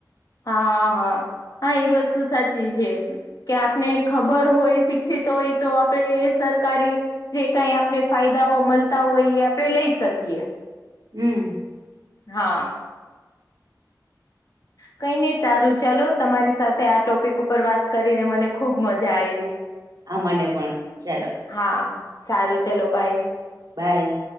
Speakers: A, on the left (about 55°); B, on the right (about 60°).
A: હા, હા, હા એ વસ્તુ સાચી છે કે આપણે ખબર હોય શિક્ષિત હોય તો આપણેે સરકારી- જે કાઈ આપણે ફાયદાઓ મલતા હોય એ આપણે લઈ શકીએ.
B: હમ્મ
A: હા કંઈ નહી, સારું ચાલો તમારી સાથે આ ટોપિક ઉપ પર વાત કરીને મને ખુબ મજા આયવી
B: હા, મને પણ ચાલો
A: હા, સારું ચલો, બાય
B: બાય.